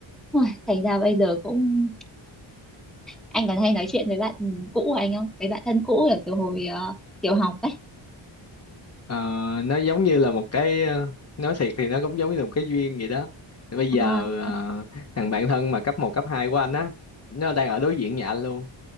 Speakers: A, in the centre; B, on the left.
A: Ui, thành ra bây giờ cũng anh còn hay nói chuyện với bạn cũ của anh không với bạn thân cũ ở từ hồi ờ, tiểu học ấy
B: Ờ, nó giống như là một cái ờ, nói thiệt thì nó cũng giống như là một cái duyên vậy đó Thì bây giờ
A: À,
B: ờ, thằng bạn thân mà cấp một cấp 2 của anh á nó đang ở đối diện nhà anh luôn